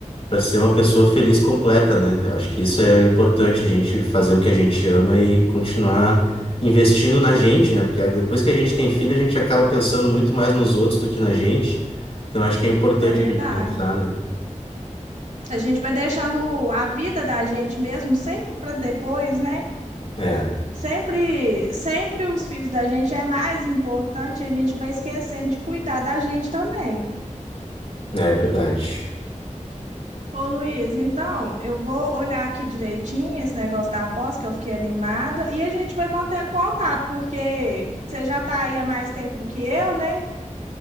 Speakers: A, on the left; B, on the right.
A: Para ser uma pessoa feliz completa, né? Eu acho que isso é importante, a gente fazer o que a gente ama e continuar investindo na gente, né? Porque depois que a gente tem filho, a gente acaba pensando muito mais nos outros do que na gente. Então acho que é importante
B: É verdade.
A: a gente pensar, né?
B: A gente vai deixando a vida da gente mesmo sempre para depois, né?
A: É,
B: Sempre, sempre os filhos da gente é mais importante, e a gente vai esquecendo de cuidar da gente também.
A: é verdade.
B: Ô Luiz, então, eu vou olhar aqui direitinho esse negócio da aposta, que eu fiquei animada, e a gente vai mantendo contato, porque você já está aí há mais tempo do que eu, né?